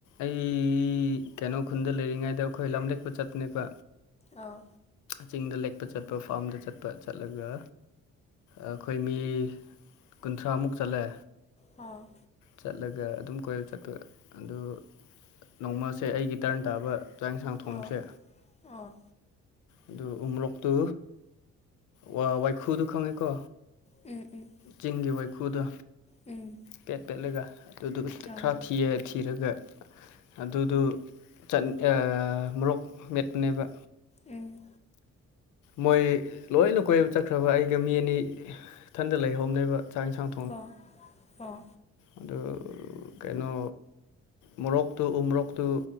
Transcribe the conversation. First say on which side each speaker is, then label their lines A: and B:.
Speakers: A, on the left (about 80°); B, on the left (about 20°).
A: ꯑꯩ ꯀꯩꯅꯣ ꯈꯨꯟꯗ ꯂꯩꯔꯤꯉꯩꯗ ꯑꯩꯈꯣꯏ ꯂꯝꯂꯦꯛꯄ ꯆꯠꯄꯅꯦꯕ
B: ꯑꯥ
A: ꯆꯤꯡꯗ ꯂꯦꯛꯄ ꯆꯠꯄ ꯐꯥꯝꯗ ꯆꯠꯄ ꯆꯠꯂꯒ ꯑꯩꯈꯣꯏ ꯃꯤ ꯀꯨꯟꯊ꯭ꯔꯥꯃꯨꯛ ꯆꯠꯂꯦ
B: ꯍꯥꯎ
A: ꯆꯠꯂꯒ ꯑꯗꯨꯝ ꯀꯣꯏꯔ ꯆꯠꯄ ꯑꯗꯨ ꯅꯣꯡꯃꯁꯦ ꯑꯩꯒꯤ ꯇꯔꯟ ꯇꯥꯕ ꯆꯥꯛ ꯌꯦꯟꯁꯥꯡ ꯊꯣꯡꯕꯁꯦ
B: ꯑꯥ ꯑꯥ
A: ꯑꯗꯨ ꯎꯃꯣꯔꯣꯛꯇꯨ ꯋꯥ ꯋꯥꯏꯈꯨꯗꯨ ꯈꯪꯉꯦꯀꯣ
B: ꯎꯝ ꯎꯝ
A: ꯆꯤꯡꯒꯤ ꯋꯥꯏꯈꯨꯗꯣ
B: ꯎꯝ
A: ꯄꯦꯠ ꯄꯦꯠꯂꯒ ꯑꯗꯨꯗꯨ
B: ꯑꯥ
A: ꯈꯔ ꯊꯤꯔ ꯊꯤꯔꯒ ꯑꯗꯨꯗꯨ ꯆꯟ ꯑꯥ ꯃꯣꯔꯣꯛ ꯃꯦꯠꯄꯅꯦꯕ
B: ꯎꯝ
A: ꯃꯣꯏ ꯂꯣꯏꯅ ꯀꯣꯏꯕ ꯆꯠꯈ꯭ꯔꯕ ꯑꯩꯒ ꯃꯤ ꯑꯅꯤ ꯏꯊꯟꯗ ꯂꯩꯍꯧꯅꯦꯕ ꯆꯥꯛ ꯏꯟꯁꯥꯡ
B: ꯑꯣ ꯑꯣ
A: ꯑꯗꯨ ꯀꯩꯅꯣ ꯃꯣꯔꯣꯛ ꯇꯨ ꯎ ꯃꯣꯔꯣꯛꯇꯨ